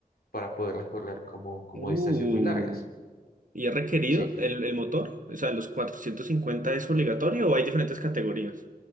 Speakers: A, on the left (about 75°); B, on the right (about 60°).
A: para poder recorrer como, como
B: Uh,
A: distancias muy largas.
B: ¿y es requerido
A: Sí,
B: el, el motor? O sea, ¿los 450 es obligatorio o hay diferentes categorías?